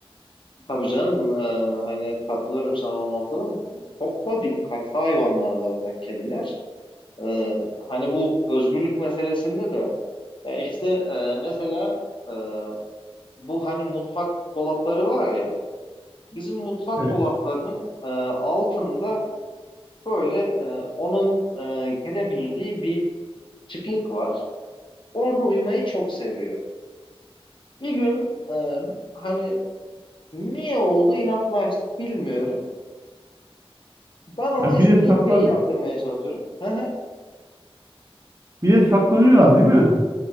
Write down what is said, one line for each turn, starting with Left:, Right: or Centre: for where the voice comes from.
Left: tabii canım. E, hani katılıyorum sana o noktada. Çok da dikkatli hayvanlar zaten kediler. Ee, hani bu özgürlük meselesinde de ya işte e, mesela e, bu hani mutfak dolapları var ya bizim mutfak
Right: Evet.
Left: dolaplarının e, altında böyle e, onun e, girebildiği bir çıklık var. Orada uyumayı çok seviyor. Bir gün e, hani niye oldu inatlaştı bilmiyorum. Ben ona
Right: Ha,
Left: istediğim
Right: bir de saklan
Left: şeyi yaptırmaya çalışıyorum. <laughs>
Right: bir de saklanıyorlar değil mi?